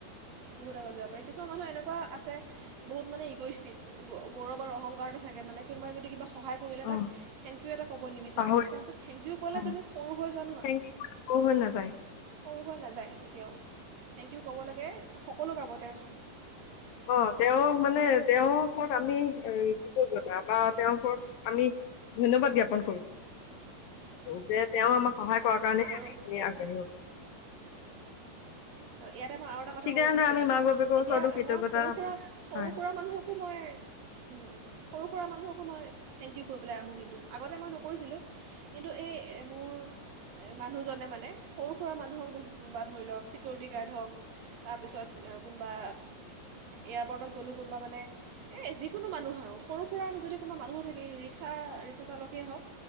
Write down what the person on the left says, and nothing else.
অ
পাহৰিছো
অ
থেংক ইউ একো হৈ নাযায়
অ তেওঁ মানে তেওঁৰ ওচৰত আমি এ কি কৈ এা বা তেওঁৰ ওচৰত আমি ধন্যবাদ জ্ঞাপন কৰিছো। যে
তেওঁ আমাৰ সহায় কৰাৰ কাৰণেহে
আম সেইখিনি আগবাঢ়ি।
ঠিক
তেনেদৰে
আমি মাক বাপেকৰ
ওচৰতো কৃতজ্ঞতা
হয়